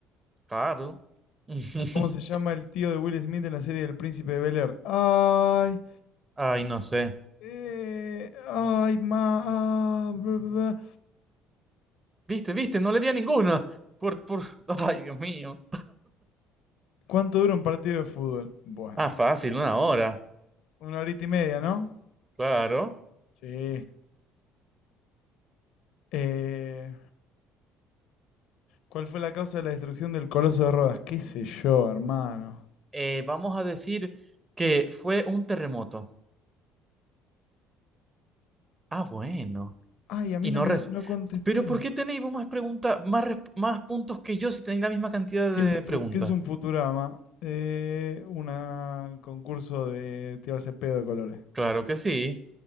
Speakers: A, on the right (about 20°); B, on the left (about 70°).
A: Claro. <laughs>
B: ¿Cómo se llama el tío de Will Smith en la serie del Príncipe de Bel-Air? Ay,
A: Ay, no sé.
B: eh, ay, ma, ah, bla, bla,
A: Viste, viste, no le di a ninguna. Por, por... <laughs> Ay, Dios mío.
B: ¿Cuánto dura un partido de fútbol? Bueno,
A: Ah, fácil, una hora.
B: una horita y media, ¿no?
A: Claro.
B: Sí. Eh, ¿cuál fue la causa de la destrucción del Coloso de Rodas? ¿Qué sé yo, hermano?
A: Eh, vamos a decir que fue un terremoto. Ah, bueno.
B: Ay, a mí
A: Y
B: no
A: no
B: me
A: res...
B: no contesté.
A: Pero ¿por qué tenéis vos más preguntas, más, res- más puntos que yo si tenéis la misma cantidad
B: ¿Qué
A: de
B: es, el fut-
A: preguntas?
B: qué es un Futurama? Eh, una- un concurso de tirarse pedo de colores.
A: Claro que sí.